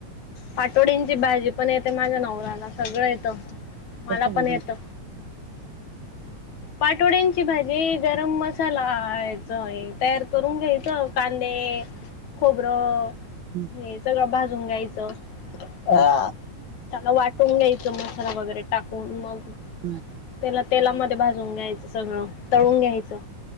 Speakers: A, on the left; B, on the right.
A: पाटोडींची भाजी पण येते माझ्या नवऱ्याला सगळं येतं मला
B: कशी
A: पण
B: बनवते
A: येत. पाटोड्यांची भाजी गरम मसाला यायच तयार करून घ्यायचं कांदे खोबरं
B: हम्म
A: हे सगळं भाजून घायचं. त्याला
B: हम्म
A: वाटून घ्यायचं मसाला वगैरे टाकून मग.
B: हम्
A: त्याला तेलामध्ये भाजून घ्यायचं सगळं तळून घ्यायचं.